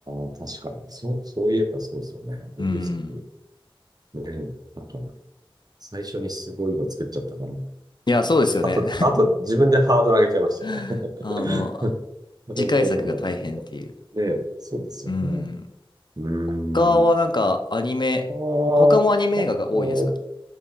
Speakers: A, on the right (about 45°); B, on the left (about 50°).
A: あ、確かに。そう、そういえばそうですよね。
B: うん。
A: デビュー作。ねえ。なんか、最初にすごいの作っちゃったから。
B: いや、そうですよね。
A: あと、あと自分でハードル上げちゃいましたよね。
B: <laughs>
A: <laughs>
B: あの、
A: それを超えるのが出てくるか。
B: 次回作が大変っていう。
A: ねえ、そうですよね。
B: うん。
A: うー
B: 他はなんかアニメ、
A: ん。ああ、
B: 他もアニメ映画が多いですか
A: あと、